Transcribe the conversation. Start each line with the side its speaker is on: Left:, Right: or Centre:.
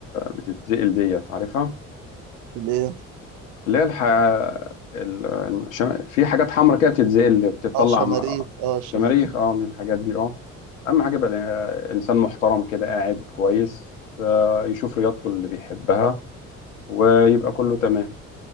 Left: بتتزقل ديت عارفها
Right: الايه
Left: اللي هي الح... ال... الشم... في حاجات حمراء كده بتتزقل بتطلع
Right: اه الشماريخ
Left: م-
Right: اه الشماريخ
Left: شماريخ اه من الحاجات دي اه اهم حاجه يبقى ال- انسان محترم كده قاعد كويس آه، يشوف رياضته اللي بيحبها ويبقى كله تمام